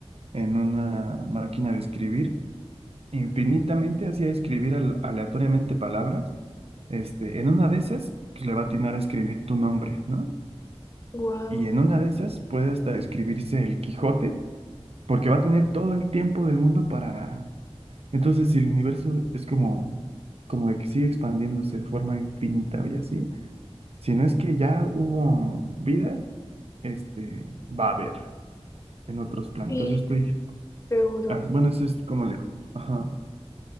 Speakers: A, on the right; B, on the left.
A: en una máquina de escribir infinitamente, hacía escribir al- aleatoriamente palabras. Este, en una de esas, pues le va a atinar a escribir tu nombre, ¿no?
B: Wow,
A: Y en una de esas puede hasta escribirse el Quijote, porque va a tener todo el tiempo del mundo para... Entonces, si el universo es como, como de que sigue expandiéndose de forma infinita y así, si no es que ya hubo vida, este, va a haber en otros planetas.
B: sí,
A: Yo estoy...
B: seguro,
A: ah, Bueno, eso es como le... Ajá,